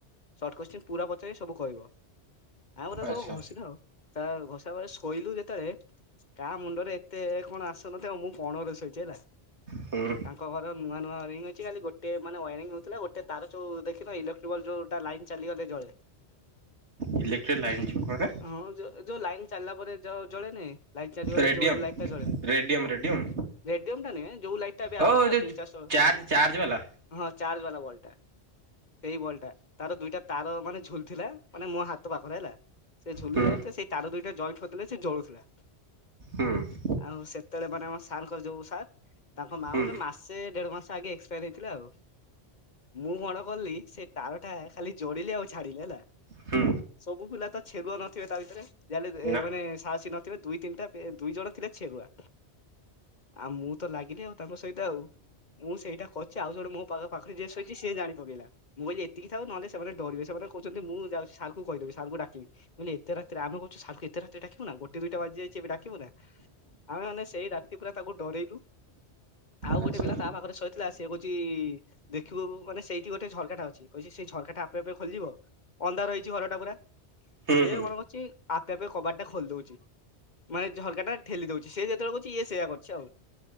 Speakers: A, on the left; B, on the right.
A: ସର୍ଟ କସଚୀନ ପୁରା ପଚାରିବେ ସବୁ କହିବ ଆମେ ଆରେ
B: ଆଚ୍ଛା।
A: ସବୁ ଘୋଷି ଥାଉ। ତା ଘୋଷା ବରେ ଶୋଇଲୁ ଯେତେବେଳେ କାହା ମୁଣ୍ଡରେ ଏତେ କଣ ଆସିନଥିବ? ମୁଁ କଣ ରେ ଶୋଇ
B: ହୁଁ
A: ତାଙ୍କ ଘର। ର ନୂଆ ନୂଆ ୱରିଙ୍ଗ ହେଇଛି ଗୋଟେ ମାନେ ୱାରରିଙ୍ଗ ହେଉଥିଲା ଗୋଟେ ତାର ଯୋଉ ଦେଖିନ ଇଲେକ୍ଟ୍ରିବଲ ଯୋଉଟା ଲାଇନ୍ ଚାଲିଗଲେ ଜଳେ।
B: ଇଲେକ୍ଟ୍ରିକ ଲାଇନ୍ ଜି ଉପରେ।
A: ହଁ ଯୋଉ ଯୋଉ ଲାଇନ ଚାଲିଲା ପରେ ଜ-ଜଳେନ। ଲାଇଟ ଚାଲିଗଲେ
B: ରେଡିୟମ୍
A: ଯୋଉ ଲାଇଟ ଟା ଚଳେ
B: ରେଡିୟମ୍
A: ହଁ।
B: ରେଡିୟମ୍
A: ରେଡିଅମ୍ ଟା ନୁହେଁ ଯୋଉ ଲାଇଟ ଟା ଏବେ ଆସଚୁ
B: ଓ
A: ନା
B: ଯୋଉ
A: ତିନି ଚାରିଶହ।
B: ଚାର୍ଜ ଚାର୍ଜ ବାଲା
A: ହଁ ଚାର୍ଜ ବାଲା ବଲ୍ ଟା ବଟା ସେଇ ବାଲ୍ ଟା ତାର ଦୁଇଟା। ତାର ମାନେ ଝୁଲ ଥିଲା ମାନେ ମୋ ହାତ ପାଖରେ ହେଲା ସେ ଝୁଲି
B: ହୁଁ
A: ଯାଏ ସେ ତାର ଦୁଇଟା ଜଏଣ୍ଟ କରିଥିଲେ ସେ ଜଳୁଥିଲା।
B: ହୁଁ।
A: ଆଉ ସେତେବେଳେ ମାନେ ଆମ ସାର୍ଙ୍କର ଯୋଉ ସାର୍ ତାଙ୍କ ମା
B: ହୁଁ
A: ମେ ମାସେ ଦେଢ ମାସ ଆଗ ଫ ହେଇଥିଲା ଆଉ ମୁଁ କଣ କଲି ସେ ତାର ଟା ଖାଲି ଯୋଡିଲି ଆଉ ଛାଡିଲି ହେଲା।
B: ହୁଁ
A: ସବୁ ପିଲା ତ ଛେରୁଆ ନଥିବେ ତା ଭିତରେ ଯାହାେଲେ ଏ
B: ନା
A: ମାନେ ସାହସୀ ନ ଦୁଇ ତିନିଟା ଦୁଇ ଜଣ ଥିଲା ଛେରୁଆ। ଆଉ ମୁଁ ତ ଲାଗିଲି ଆଉ ତାଙ୍କ ସହିତ ଆଉ। ମୁଁ ସେଇଟା କରିଛି ଆଉ ଜଣେ ମୋ ପା ପାଖରେ ଯିଏ ଶୋଇଛି ସେ ଜାଣି ପକେଇଲା। ମୁଁ କଲି ଏତିକି ଥାଉ ନହେଲେ ସେମାନେ ଡିବ ସେମାନେ କହୁଛନ୍ତି ମୁଁ ଯାଉଛି ମୁଁ କହିଦେବି ସାର୍ଙ୍କୁ ଡାକିବି ମୁଁ କହିଲି ଏତେ ରାତିରେ ଆମକୁ ସାର୍ଙ୍କୁ ଏତେ ରାତିରେ ଡାକିବୁ ନାଁ ଗୋଟେ ଦିଟା ବାଜିଛି ଏବେ ଡାକିବୁ ନାଁ। ଆମେ ମାନେ ସେଇ ରାତି ପୁରା ତାକୁ ଡରେଇଲୁ। ଆଉ
B: ଆଚ୍ଛା।
A: ଗୋଟେ ପିଲା ତା ପାଖରେ ଶୋଇଥିଲା ସିଏ କହୁଛି ଦେଖିବୁ ମାନେ ସେଇଠି ଗୋଟେ ଝରକାଟା ଅଛି କହିଛି ସେ ଝରକାଟା ଆପେ ଆପେ ଖୋଲିଯିବ ଅନ୍ଧାର ହେ ଘର ଟା ପୁରା
B: ହୁଁ
A: ସିଏ
B: ହୁଁ।
A: କଣ ମତେ ଚି। ଆପେ ଆପେ କବାଟଟା ଖୋଲି ଦଉଛି ମାନେ ଝଲକା ଟା ଠେଲି ଦଉଛି ସେ ଯେତେବେଳେ କୁହୁଛି ଇଏ ସେଇୟା କରୁଛି ଆଉ।